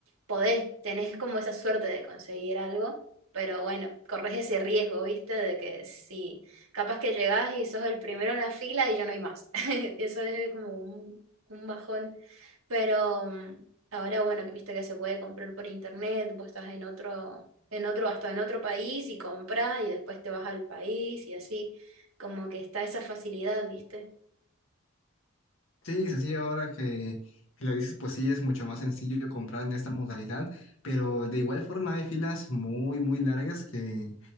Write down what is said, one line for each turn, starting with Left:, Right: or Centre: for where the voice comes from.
Right: podés, tenés como esa suerte de conseguir algo, pero bueno, corres ese riesgo, ¿viste? De que si capaz que llegás y sos el primero en la fila y ya no hay más. <laughs> Eso es como un, un bajón. Pero mm, ahora, bueno, que viste que se puede comprar por internet, vos estás en otro, en otro, hasta en otro país y compras y después te vas al país y así, como que está esa facilidad, ¿viste?
Left: Sí, sí, sí, ahora que, que lo dices, pues sí, es mucho más sencillo comprar en esta modalidad, pero de igual forma hay filas muy, muy largas que